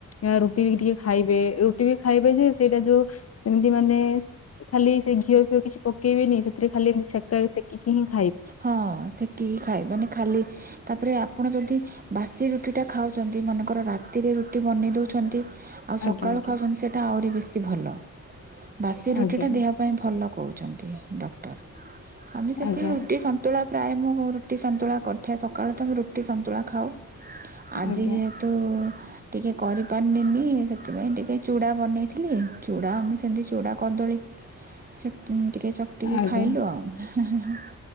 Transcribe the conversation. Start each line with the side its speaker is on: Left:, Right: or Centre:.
Left: ୟା ରୁଟି ଟିକେ ଖାଇବେ ରୁଟି ବି ଖାଇବେ ଯେ ସେଟା ଯୋଉ ସେମିତି ମାନେ ଖାଲି ସେ ଘିଅ ଫିଅ କିଛି ପକେଇବେନି ସେଥିରେ ଖାଲି ଏମିତି ସେକା ସେକିକି ହିଁ ଖା
Right: ହଁ ସେକିକି ଖାଇ ମାନେ ଖାଲି ତାପରେ ଆପଣ ଯଦି ବାସି ରୁଟିଟା ଖାଉଛନ୍ତି ମନେକର ରାତିରେ ରୁଟି ବନେଇ ଦଉଛନ୍ତି ଆଉ ସକାଳୁ
Left: ଆଜ୍ଞା ଆଜ୍ଞା
Right: ଖାଉଛନ୍ତି ସେଇଟା ଆହୁରି ବେଶୀ ଭଲ। ବାସି ରୁଟିଟା
Left: ଆଜ୍ଞା
Right: ଦେହ ପାଇଁ ଭଲ କହୁଛନ୍ତି ଡକ୍ଟର ଆମେ ସେଥି
Left: ଆଜ୍ଞା
Right: ରୁ ସନ୍ତୁଳା ପ୍ରାୟ ମୁଁ ରୁଟି ସନ୍ତୁଳା କରିଥାଏ ସକାଳୁ ତ ମୁଁ ରୁଟି ସନ୍ତୁଳା ଖାଉ। ଆଜି
Left: ଆଜ୍ଞା
Right: ଯେହେତୁ ଟିକେ କରିପାରିଲିନି ସେଥିପାଇଁ ଟିକେ ଚୁଡ଼ା ବନେଇଥିଲି ଚୁଡ଼ା ଆମେ ସେମିତି ଚୁଡ଼ା କଦଳୀ ସେ ଏଁ ଟିକେ ଚକଟି
Left: ଆଜ୍ଞା
Right: ଖାଇଲୁ ଆଉ ହେଁ-ହେଁ-ହେଁ।